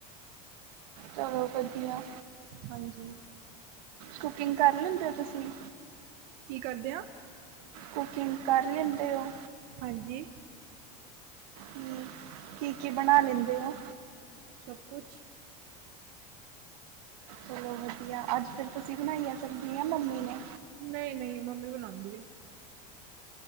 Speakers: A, on the right (about 65°); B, on the right (about 40°).
A: ਚਲੋ ਵਧੀਆ।
B: ਹਾਂਜੀ।
A: ਕੁਕਿੰਗ ਕਰ ਲੈਂਦੇ ਹੋ ਤੁਸੀਂ?
B: ਕੀ ਕਰਦੇ ਹੋ?
A: ਕੁਕਿੰਗ ਕਰ ਲੈਂਦੇ ਹੋ?
B: ਹਾਂਜੀ?
A: ਹਮ, ਕੀ- ਕੀ ਬਣਾ ਲੈਂਦੇ ਹੋ?
B: ਸਭ ਕੁਛ
A: ਚਲੋ ਵਧੀਆ, ਅੱਜ ਫੇਰ ਤੁਸੀਂ ਬਣਾਈ ਆ ਸਬਜ਼ੀ ਯਾ ਮੰਮੀ ਨੇ?
B: ਨਹੀਂ ਨਹੀਂ। ਮੰਮੀ ਬਣਾਉਂਦੀ ਏ।